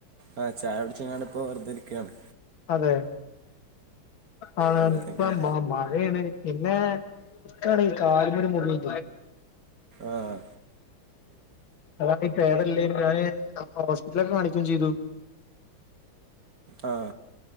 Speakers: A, on the right; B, on the left.
A: ആഹ് ചായകുടിച്ച്ങ്ങാണ്ട്‌ ഇപ്പോ വെറുതെരിക്യാണ്
B: അതേ ആ
A: വെറുതെ
B: ഇപ്പോ
A: ഇങ്ങനെ
B: മ മഴേണ് പിന്നേ ഇക്കാണെങ്കി കാല്മ്മൊരു മുറിണ്ട്
A: ആഹ്
B: അതാണീ പേദല്ലേയനും ഞാന് ഹോസ്പിറ്റലൊക്കെ കാണിക്കും ചെയ്തു
A: ആ